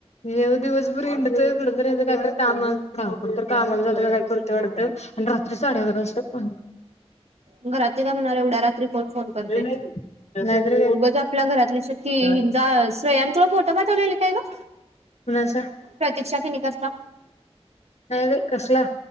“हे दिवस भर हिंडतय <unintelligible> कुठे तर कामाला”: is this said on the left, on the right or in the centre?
Left